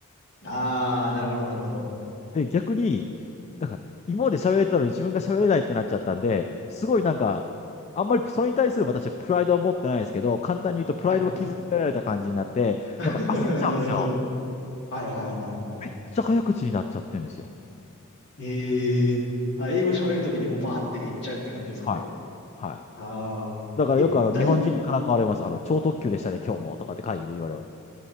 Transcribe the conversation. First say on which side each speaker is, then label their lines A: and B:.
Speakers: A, on the left; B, on the left.
A: ああ、なるほど、なるほど。
B: で、逆に、なんか、今まで喋れてたのに自分が喋れないってなっちゃったんで、すごいなんか、あんまりそれに対する私はプライドは持ってないですけど、簡単に言うとプライドを築けられた感じになって、
A: はい。<laughs>
B: なんか焦っちゃうんですよ。
A: なるほど。はいはいはいはい。
B: めっちゃ早口になっちゃってるんですよ。
A: ええあ、英語喋るときにもうバーっていっちゃうって感じですかね。
B: はい。はい。
A: ああ。
B: だからよくあの、
A: え、大、
B: 日本人にからかわれます。あの、超特急でしたね、今日も、とかって会議で言われます。